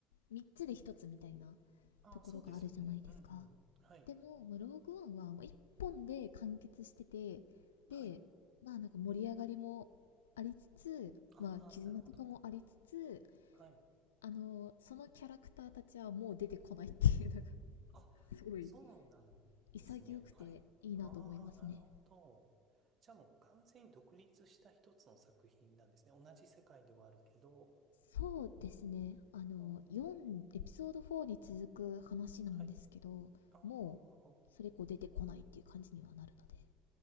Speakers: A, on the left; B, on the right.
A: 3つで1つみたいな
B: ああ、
A: ところがあるじゃないですか
B: そうですよね。うん、うん。はい。
A: でも、まあ、ローグワンはも1本で完結しててでまあなんか盛り上がりもありつつまあ絆とかもありつつ
B: はい。ああ、なるほど、なるほど。はい。
A: あのそのキャラクターたちはもう出てこないっていうのが
B: あ、
A: <laughs> すごい
B: そうなんですね。
A: 潔くていいなと思いますね
B: あれああー、なるほど。じゃあもう完全に独立した一つの作品なんですね。同じ世界ではあるけど。
A: そうですねあの4エピソード4に続く話なんですけどもうそれ以降出てこないっていう感じにはなるので
B: あーはい。ああ、